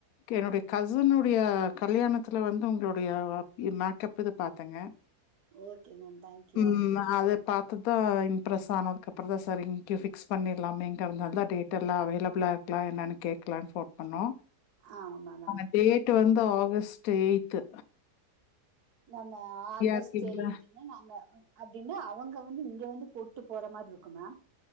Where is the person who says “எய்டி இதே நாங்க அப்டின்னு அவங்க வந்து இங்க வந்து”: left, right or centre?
Right